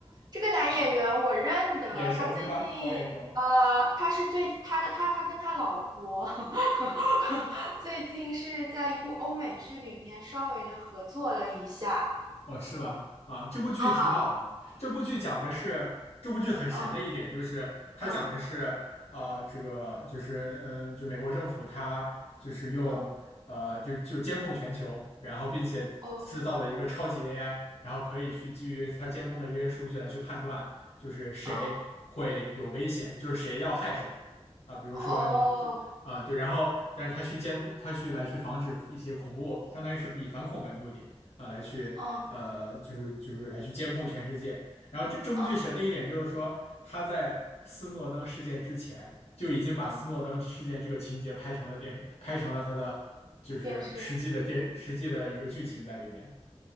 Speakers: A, on the right (about 40°); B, on the left (about 75°).
A: 这个男演员我认得，
B: 啊、眼熟是吧？
A: 他最近呃，
B: 好眼熟。
A: 他是最他的他他跟他老婆 <laughs> 最近是在一部欧美剧里面稍微的合作了一下
B: 哦，是吗？啊，这部剧挺老的。
A: 啊，
B: 这部剧讲的是，这部剧很神的一点就是，
A: 嗯
B: 它讲的是，
A: 嗯
B: 啊、这个就是，嗯，就美国政府它就是用，
A: 嗯，
B: 呃，就就监控全球，然后并且制造了一个超级
A: 哦，
B: AI，然后可以去基于它监控的这些数据来去判断，就是谁会有危险，
A: 啊
B: 就是谁要害谁。啊，比如说你就啊、
A: 哦，
B: 对，然后但是他去监控，他去来去防止一些恐怖，相当于是以反恐为目的。啊、来去呃，
A: 嗯
B: 就是就是来去监控全世界。然后这这部剧神的一点就是说，
A: 嗯
B: 他在斯诺登事件之前就已经把斯诺登事件这个情节拍成了电，
A: 嗯，
B: 拍成了他的就是实际的电实际的一个剧情在里边。
A: 电视